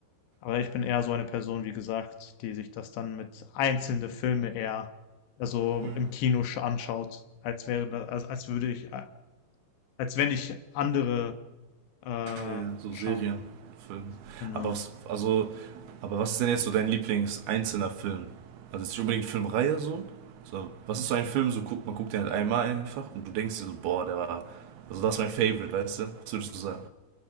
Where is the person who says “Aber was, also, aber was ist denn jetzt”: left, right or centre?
Right